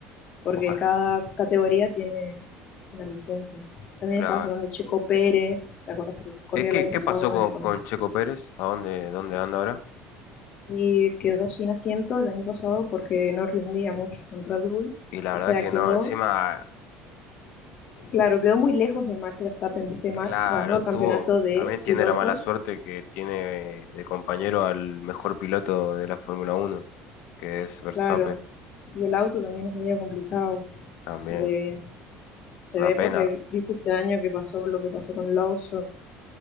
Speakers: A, on the left; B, on the left.
A: porque
B: Ojalá.
A: cada categoría tiene una licencia. También
B: Claro.
A: estaba sonando Checo Pérez, ¿te acuerdas que corría
B: Es que,
A: el año
B: ¿qué
A: pasado
B: pasó con,
A: con
B: con Checo Pérez? ¿A dónde, dónde anda ahora?
A: y quedó sin asiento el año pasado porque no rendía mucho con Red Bull.
B: Y la
A: O
B: verdad
A: sea,
B: que
A: quedó,
B: no, encima, mm,
A: claro, quedó muy lejos de Max Verstappen, viste, Max
B: claro,
A: ganó el campeonato
B: tuvo,
A: de
B: también
A: pilotos,
B: tiene la mala suerte que tiene de compañero al mejor piloto de la Fórmula Uno que es Verstappen,
A: claro, y el auto también es medio complicado.
B: también.
A: De, se ve
B: Una
A: porque
B: pena,
A: viste este año que pasó lo que pasó con Lawson,